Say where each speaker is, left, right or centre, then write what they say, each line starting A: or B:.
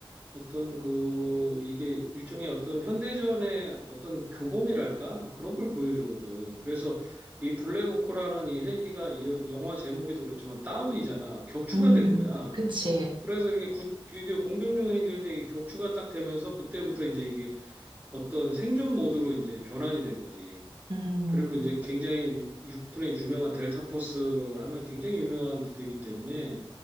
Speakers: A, on the right (about 20°); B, on the right (about 55°).
A: 어떤 그 이게 일종의 어떤 현대전의 어떤 교범이랄까 막 그런 걸 보여주거든. 그래서 이 블랙호크라는 이 헬기가 이 영화 제목에도 그렇지만 다운이잖아. 격추가
B: 음,
A: 된 거야.
B: 그치.
A: 그래서 이게 구, 이게 공격용 헬기인데 이게 격추가 딱 되면서 그때부터 이제 이게 어떤 생존 모드로 이제 변환이 된 거지.
B: 음.
A: 그리고 이제 굉장히 미- 육군의 유명한 델타 포스 하면 굉장히 유명한 부대이기 때문에